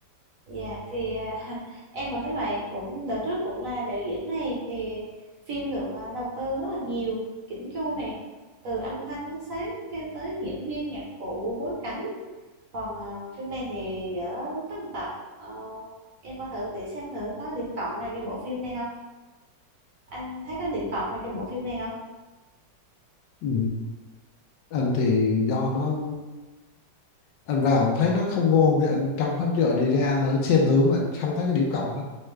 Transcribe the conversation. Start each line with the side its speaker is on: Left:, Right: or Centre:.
Right: dạ thì à, <laughs> em còn thấy vậy cũng đợt trước cũng là đạo diễn này thì phim được à, đầu tư rất là nhiều chỉnh chu này từ âm thanh ánh sáng cho tới diễn viên nhạc cụ bối cảnh còn ờ, phim này thì dở tất tật Ờ, em coi thử để xem thử có điểm cộng nào cho bộ phim này không anh thấy có điểm cộng nào cho bộ phim này không
Left: ừ. anh thì do nó anh vào thấy nó không ngon thì anh trong hết giờ đi ra rồi xem thử mà anh không thấy cái điểm cộng hết